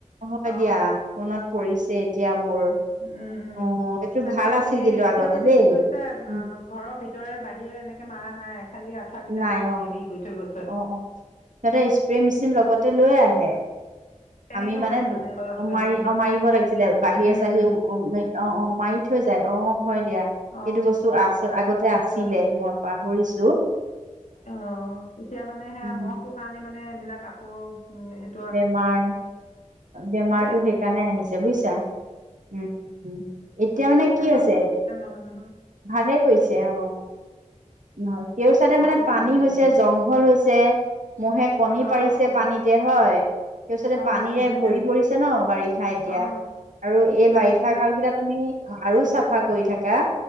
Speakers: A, on the right; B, on the left.
A: হয়
B: অ
A: দিয়া পনত পৰিছে এতিয়া মোৰ।
B: উম, উম
A: অ এইটো
B: তাকে
A: ভাল
B: তোন
A: আছিল কিন্তু
B: এতিয়া
A: আগতে
B: মানে
A: দেই
B: কি কৰিছে অ'
A: উম
B: ঘৰৰ ভিতৰে বাহিৰে এনেকে মাৰা নাই খালি আঠুৱােইটাহে
A: নাই অ
B: হেৰি কৰি থৈ গৈছে
A: অ অ', সিহঁতে স্প্ৰে মেচিন লগতে লৈয়ে আহে।
B: তেনেকেও
A: আমি মানে
B: মাৰে
A: মাৰি
B: আছে উম
A: অ', মাৰিব লাগিছিলে বাহিৰ
B: উম
A: চাহিয়ে ও অ', অ', অ', মাৰি থৈ যায় অ', হয় দিয়া সেইটো
B: অ
A: বস্তু আ আগতে আছিলে
B: হয় হয়
A: মই পাহৰিছোঁ।
B: অ', এতিয়া মানে সেয়া
A: উম
B: মহটো কাৰণে মানে এইবিলাক আকৌ উ
A: বেমাৰ বেমাৰতটো
B: ভালে
A: সেইকাৰণে আহিছে বুজিছা উম, উম। এতিয়া
B: কৰিছে
A: মানে কি
B: ন
A: হৈছে
B: নহয় নহয়
A: ভালে কৰিছে অহ। নহয় কেও চাইডে
B: ভাল
A: মানে
B: কৰিছে
A: পানী হৈছে
B: এইটো
A: জংঘল হৈছে মহে কণী
B: অ
A: পাৰিছে
B: অ
A: পানীতে হয় তেই পিছতে
B: অ
A: পানীৰে
B: সেইটোৱে
A: ভৰি পৰিছে ন বাৰিষা এতিয়া
B: অ
A: আৰু এই
B: পানী
A: বাৰিষা
B: বিলাক
A: কাল কেইটাত তুমি আৰু চাফা কৰি থাকা